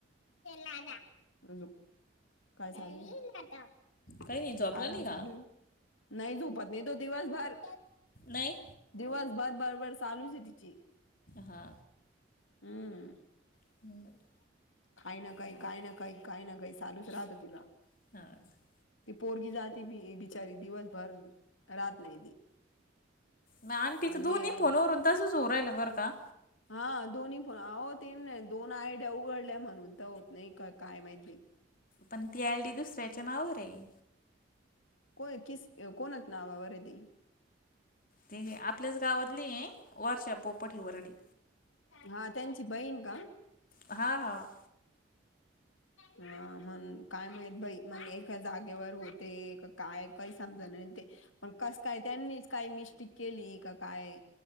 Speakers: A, on the left (about 85°); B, on the left (about 45°).
A: य <unintelligible>
B: काही नाही झोपला
A: आराम
B: नाही का
A: चालू आहे, नाही झोपत नाही तो दिवसभर.
B: नाही
A: दिवसभर बडबड चालूचये तिची,
B: हा
A: हम्म..
B: ह <unintelligible>
A: काही ना काही, काय ना काही, काही ना काही, चालूच राहतं तिला.
B: ह <unintelligible>
A: ती पोरगी जाते, बी बिचारी दिवसभर राहत नाही ती.
B: ना आणि तीच
A: पण
B: दोनही
A: हे आहे
B: फोनवरून
A: ना
B: तसंच हो राहिल बरं का?
A: हा, दोन्ही फोन अहो, ते नाही दोन आयड्या उघडल्या म्हणून, तर होत नाही का काय माहिती.
B: पण, ती आय डी दुसऱ्याच्या नावावर आहे.
A: <unintelligible> कोणाच्या नावावर आहे ती?
B: ते, आपल्याच गावातली आहे, वर्षा पोपट ही वरडी.
A: हा, त्यांची बहीण का?
B: हा, हा.
A: अ.. मण काय मात भाई म्हण एका जागेवर होते, काय काही समजाण ते. पण, कस काय त्यांनी काही मिस्टेक केली का काय?